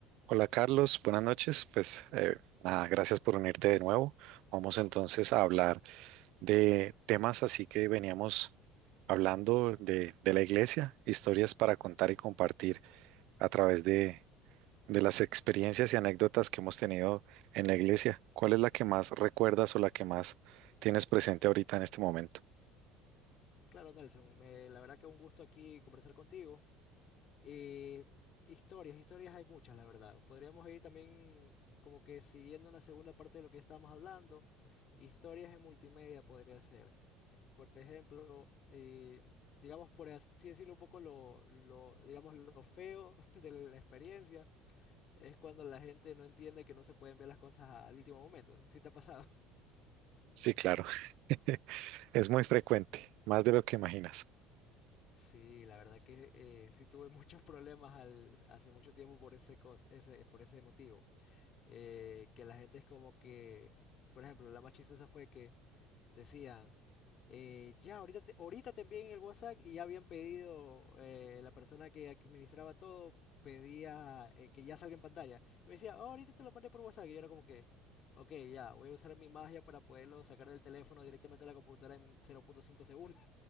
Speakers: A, on the right; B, on the left.
A: Hola Carlos, buenas noches. Pues eh, nada, gracias por unirte de nuevo. Vamos entonces a hablar de temas así que veníamos hablando de, de la iglesia, historias para contar y compartir a través de, de las experiencias y anécdotas que hemos tenido en la iglesia. ¿Cuál es la que más recuerdas o la que más tienes presente ahorita en este momento?
B: Claro, Nelson, me- la verdad que un gusto aquí conversar contigo. Y historias, historias hay muchas, la verdad. Podríamos ir también como que siguiendo una segunda parte de lo que estábamos hablando. Historias en multimedia podría ser. Por ejemplo, eh, digamos por así decirlo un poco lo, lo, digamos lo feo <laughs> de la experiencia es cuando la gente no entiende que no se pueden ver las cosas al último momento. ¿Sí te ha pasado?
A: Sí, claro. <laughs> Es muy frecuente, más de lo que imaginas.
B: Sí, la verdad que eh, sí tuve muchos <laughs> problemas al, hace mucho tiempo por ese, cos- ese, por ese motivo. Eh, que la gente es como que, por ejemplo, la más chistosa fue que decían, eh, ya, ahorita te, ahorita te envíen el WhatsApp y ya habían pedido, eh, la persona que administraba todo pedía eh, que ya salga en pantalla. Y me decía, "Oh, ahorita te lo mandé por WhatsApp. Y yo era como que, ok, ya, voy a usar mi magia para poderlo sacar del teléfono directamente a la computadora en 0.5 segundos.